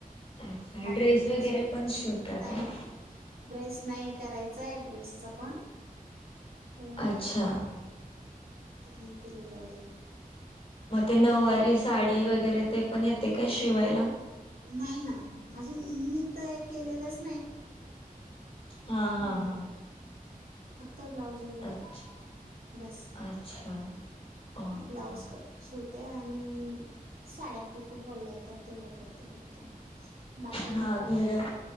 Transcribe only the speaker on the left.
अच्छा
पण शिवता
काय
अच्छा.
म ते नऊवारी
साडी वगैरे ते पण येते काय शिवायला.
हा
हा हा.
अच्छा
अच्छा ओके
हा
घर